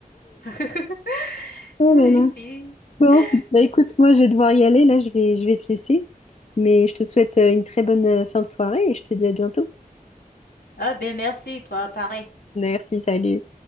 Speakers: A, on the left; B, on the left.
A: <laughs>
B: <laughs> Oh
A: Ah,
B: là
A: oui,
B: là.
A: si.
B: Bon, bah
A: Yeah.
B: écoute, moi, je vais devoir y aller. Là, je vais, je vais te laisser. Mais je te souhaite euh, une très bonne euh, fin de soirée et je te dis à bientôt.
A: Ah, ben, merci, toi, pareil.
B: Merci, salut.